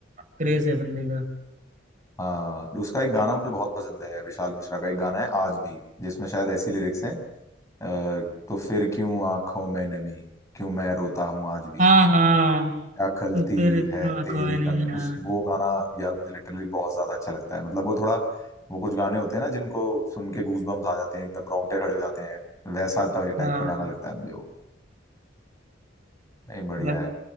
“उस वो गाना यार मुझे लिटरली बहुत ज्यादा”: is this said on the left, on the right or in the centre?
Left